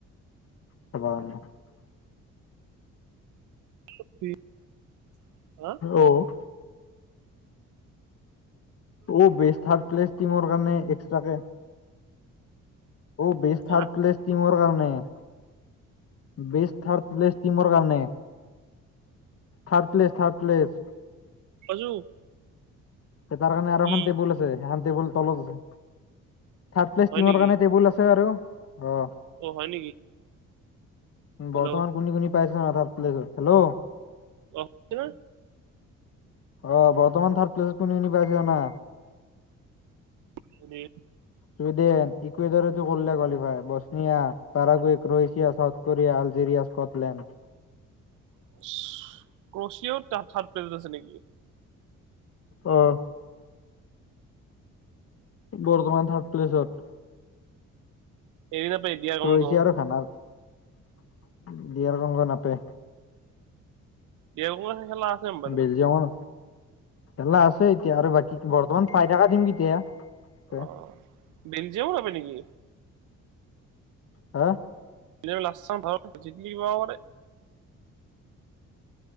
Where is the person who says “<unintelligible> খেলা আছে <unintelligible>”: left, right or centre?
Right